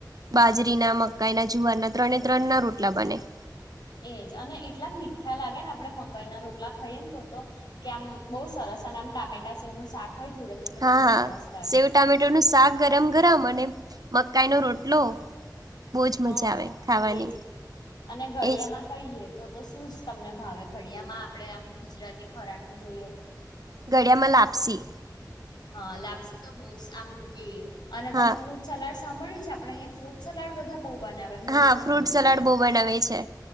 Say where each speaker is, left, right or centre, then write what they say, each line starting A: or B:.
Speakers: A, on the right; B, on the left.
A: બાજરીના, મકાઈના, જુવારના ત્રણે ત્રણ ના રોટલા બને.
B: એજ અને એટલા મીઠા લાગે ને આપણે મકાઈ ના રોટલા ખાઈએ ને તો તો. કે આમ બઉ સરસ અને આમ ટામેટા સેવનું શાક હોય જોડે તો તો
A: હા
B: કેટલું સરસ લાગે
A: સેવ ટામેટોનું શાક ગરમ ગરમ અને મકાઈનો રોટલો બહુ જ
B: હ
A: મજા આવે ખાવાની
B: એજ અને ઘડિયાના
A: એ જ
B: કહીએ તો શું જ તમને ભાવે ઘડિયામાં આપણે આમ ગુજરાતી ખોરાક નું જોઈએ તો
A: ઘડ્યામાંલ લાપસી.
B: હા લાપસી તો બઉ સ આમ એ અને તમે
A: હા
B: ફ્રૂટ સલાડ સાંભળ્યું છે આપડ અંયા ફ્રૂટ સલાડ બધા બઉ બના વે મેં એવું
A: હા
B: સાંભળ્યું
A: ફ્રૂટ સલાડ
B: છે.
A: બહુ બનાવે છે